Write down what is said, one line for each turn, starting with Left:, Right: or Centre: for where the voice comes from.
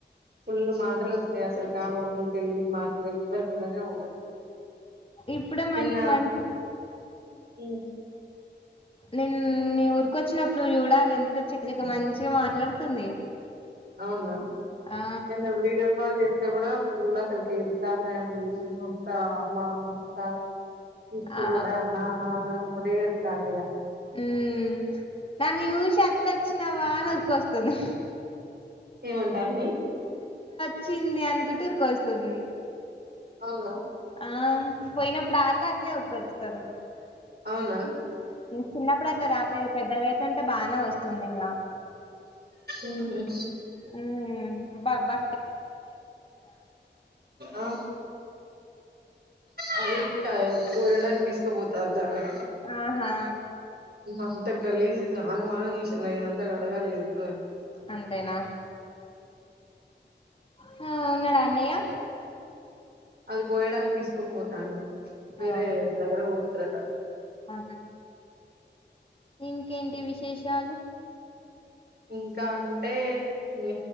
Right: ఫుల్ మాటలు వస్తాయి అసలు కు ఆమెకు ఉన్న తెలివి మాటలు ఎవ్వరికీ ఉండనె ఉండదు
Left: ఇప్పుడే మంచి
Right: నిన్న
Left: మంచి
Right: మ్
Left: నిన్ నీ ఊరికి వచ్చినప్పుడు చూడాలి ఎంత చక్కచక్క మంచిగా మాట్లాడుతుంది.
Right: అవునా
Left: ఆ
Right: నిన్న వీడియో కాల్ చెస్ స్తే కూడా ఫుల్ ఆసలుకి ఏడతాంది నన్ను చూసి నేను ఓత్త అమ్మా నేను త్త తీసుకోబో
Left: ఆ
Right: డా అమ్మ మా ఒకటే ఏడుచంది ఇగా
Left: ఉహ్మ్ నన్నీ చూసి అత్తొచ్చినవా అనీ ఊర్ కోస్తుంది
Right: ఏమం తన్ని
Left: వచ్చింది అనుకుంటు ఊరికోస్తుంది
Right: అవునా
Left: ఆ పోయినప్పుడు ఆళ్ళ అట్నే ఊరికి వస్తారు
Right: అవునా
Left: చిన్నప్పుడు అట్లా రాపోయేది పెద్దగా అయితంటే బానే వస్తుంది ఇంకా
Right: ఊహు
Left: ఉహ్ బాబా
Right: ఆ అది కాయ కోయడానికి తీసుకబోతారు దాన్ని
Left: ఆహా
Right: అంత గలీజ్ ఆగంమాగం జేసిందయ్య అంతా కడగాలి ఈగ ఇప్పుడూ
Left: అంతేనా హు ఉన్నాడా అన్నయ్య
Right: అది కోయడానికి తీసుకొనీ పోతండు వేరే
Left: అవు
Right: దగ్గర కో స్తారట
Left: ఆహా ఇంకేంటి విష విశేషాలూ
Right: ఇంకా అంటే ఇగ